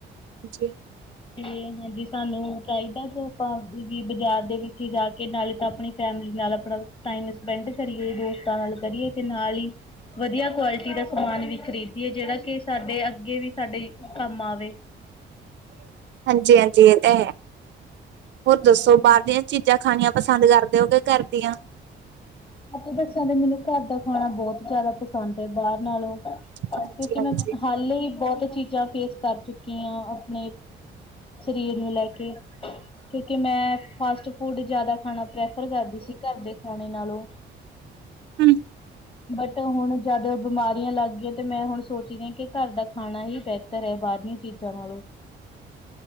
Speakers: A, on the right (about 65°); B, on the left (about 25°).
A: ਜੀ
B: ਤੇ ਹਾਂਜੀ ਸਾਨੂੰ ਚਾਹੀਦਾ ਜੋ ਭਾ ਵੀ ਬਾਜ਼ਾਰ ਦੇ ਵਿਖੇ ਜਾ ਕੇ ਨਾਲੇ ਤਾਂ ਆਪਣੀ ਫੈਮਿਲੀ ਨਾਲ ਆਪਣਾ ਟਾਈਮ ਸਪੈਂਡ ਕਰੀਏ ਦੋਸਤਾਂ ਨਾਲ ਕਰੀਏ ਤੇ ਨਾਲ ਹੀ ਵਧੀਆ ਕੁਆਲਿਟੀ ਦਾ ਸਮਾਨ ਵੀ ਖਰੀਦੀਏ ਜਿਹੜਾ ਕਿ ਸਾਡੇ ਅੱਗੇ ਵੀ ਸਾਡੇ ਕੰਮ ਆਵੇ
A: ਹਾਂਜੀ ਹਾਂਜੀ ਇਹ
B: ਹਾਂਜੀ
A: ਹੋਰ ਦੱਸੋ ਬਾਹਰ ਦੀਆਂ ਚੀਜ਼ਾਂ ਜਾਂ ਖਾਣੀਆਂ ਪਸੰਦ ਕਰਦੇ ਹੋ ਕਿ ਘਰ ਦੀਆਂ?
B: ਅਸਲ ਦੱਸਾਂ ਦੇ ਮੈਨੂੰ ਘਰ ਦਾ ਖਾਣਾ ਬਹੁਤ ਜ਼ਿਆਦਾ ਪਸੰਦ ਹੈ ਬਾਹਰ ਨਾਲੋਂ ਕਿਉਂਕਿ
A: ਹਾਂਜੀ ਹਾਂਜੀ
B: ਮੈਂ ਹਾਲੇ ਹੀ ਬਹੁਤ ਚੀਜ਼ਾਂ ਫੇਸ ਕਰ ਚੁੱਕੀ ਹਾਂ ਆਪਣੇ ਸਰੀਰ ਨੂੰ ਲੈ ਕੇ ਕਿਉਂਕਿ ਮੈਂ ਫਾਸਟ ਫੂਡ ਜਿਆਦਾ ਖਾਣਾ ਪ੍ਰੈਫਰ ਕਰਦੀ ਸੀ ਘਰ ਦੇ ਖਾਣੇ ਨਾਲੋਂ
A: ਹੂ,,,
B: ਬਟ ਹੁਣ ਜਦ ਬਿਮਾਰੀਆਂ ਲੱਗ ਗਈਆਂ ਤੇ ਮੈਂ ਹੁਣ ਸੋਚਦੀ ਹੀ ਹਾਂ ਕਿ ਘਰ ਦਾ ਖਾਣਾ ਹੀ ਬੈਸਟ ਘਰੇ ਬਾਹਰ ਦੀਆਂ ਚੀਜ਼ਾਂ ਨਾਲੋਂ